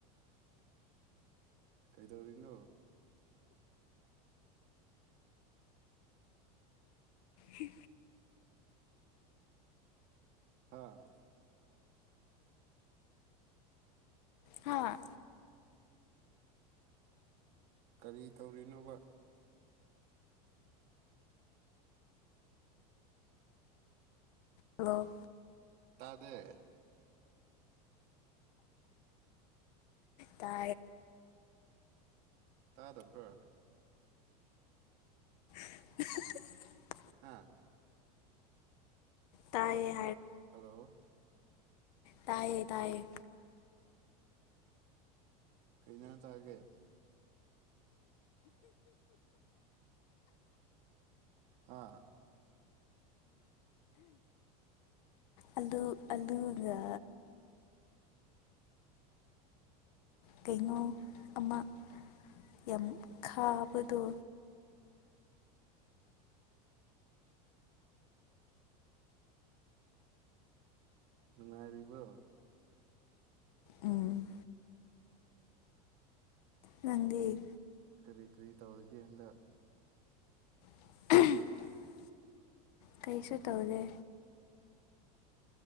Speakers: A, on the right; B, on the left.
A: ꯀꯩꯗꯧꯔꯤꯅꯣ
B: ꯍꯝ
A: ꯍꯥꯥ
B: ꯍꯥꯥ
A: ꯀꯔꯤ ꯇꯧꯔꯤꯅꯣꯕ
B: ꯗ
A: ꯇꯥꯗ
B: ꯇ
A: ꯇꯥꯗꯕ꯭ꯔꯣ
B: <unintelligible>
A: ꯍꯥꯥ
B: ꯇꯥꯏꯌꯦ
A: ꯍꯜꯂꯣ
B: ꯇꯦ ꯇꯥꯏꯩ
A: ꯀꯩꯅꯥ ꯇꯥꯒꯦ ꯍꯥꯥ
B: ꯑꯂ ꯑꯂꯨꯒ ꯀꯩꯅꯣ ꯑꯃ ꯌꯥꯝ ꯈꯥꯕꯗꯣ
A: ꯅꯨꯡꯉꯥꯏꯔꯤꯕ꯭ꯔꯣ
B: ꯎꯝ ꯃꯪꯗꯤꯦ
A: ꯀꯔꯤ ꯀꯔꯤ ꯇꯧꯔꯒꯦꯟꯗ
B: <unintelligible> ꯀꯩꯁꯨ ꯇꯧꯗꯦ